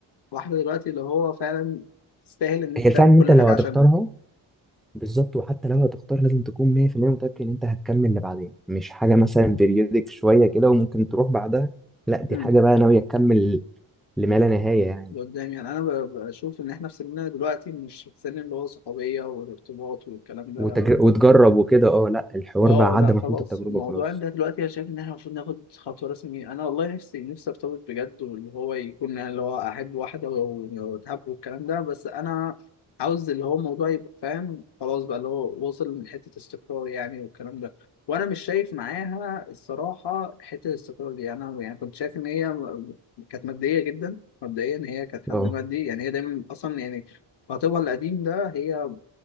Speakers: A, on the left (about 55°); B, in the centre.
A: واحدة دلوقتي اللي هو فعلا تستاهل ان انت
B: هي الفعل
A: تعمل
B: ان
A: كل
B: انت لو
A: حاجة
B: هتختارها
A: عشانها
B: بالظبط وحتى لو هتختار لازم تكون 100% متأكد إن أنت هتكمل لبعدين مش حاجة مثلا بيريودك شوية كده وممكن تروح بعدها لا دي
A: مم.
B: حاجة بقى ناوية تكمل لما لا نهاية يعني
A: قدام يعني انا ب- بشوف ان احنا في سننا دلوقتي مش في السن اللي هو صحوبيه والارتباط والكلام ده
B: وتج... وتجرب وكده اه لا الحوار
A: اه
B: بقى عدى
A: لا
B: مرحلة
A: خلاص
B: التجربة
A: الموضوع
B: خلاص
A: ده دلوقتي انا شايف ان احنا المفروض ناخد خطوه رسميه انا والله نفسي نفسي ارتبط بجد واللي هو يكون يعني اللي هو احب واحده و- واتحب والكلام ده بس انا عاوز اللي هو الموضوع يبقى فاهم خلاص بقى اللي هو وصل لحته استقرار يعني والكلام ده وانا مش شايف معاها الصراحه حته الاستقرار دي انا يعني كنت شايف ان هي م- كانت ماديه جدا مبدئيا هي كانت حد
B: اه
A: مادي يعني هي دايما اصلا يعني خطيبها القديم ده هي